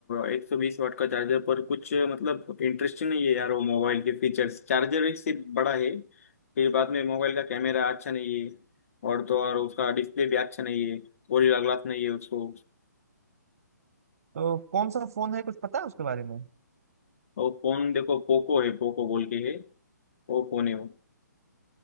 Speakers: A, on the left; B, on the right.
A: एक सौ बीस वाट का चार्जर पर कुछ मतलब इंटरेस्टिंग नहीं है यार वो मोबाइल के फीचर्स चार्जर ही सिर्फ बड़ा है फिर बाद में मोबाइल का कैमरा अच्छा नहीं है और तो और उसका डिस्प्ले भी अच्छा नहीं है गोरिल्ला ग्लास नहीं है उसको
B: तो कौन सा फोन है कुछ पता है उसके बारे में
A: और फोन देखो पोको है पोको बोल के है वो फोन है वो